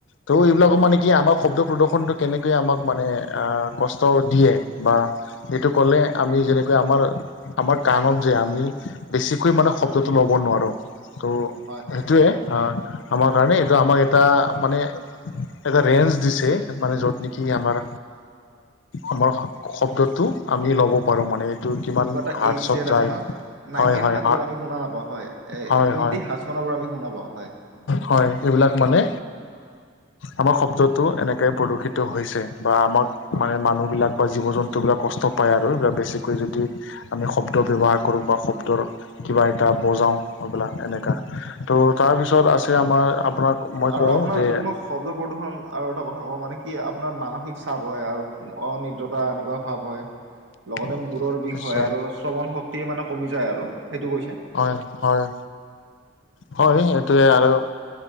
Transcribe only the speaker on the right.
অ
হয়
হয় হয়
অ
কিবা এটা
এই জেড
আছে ন' নাইনট
হাজ আমি শুনা নাপাওঁ এই
টুৱেণ্টি
হাজমানৰ পৰা আমি শুনা পাওঁ হয়।
অ
আৰু
আপোনাৰ
যদি মই শব্দ প্ৰদূষণ আৰু এটা কথা কওঁ মানে কি আপোনাৰ মানসিক চাপ হয় আৰু অনিদ্ৰতা এনেকুৱা ভাৱ হয়।
লগতে মূৰৰ বিষ
হয় আৰু শ্ৰৱণ শক্তি মানে কমি যায় আৰু। সেইটো কৈছে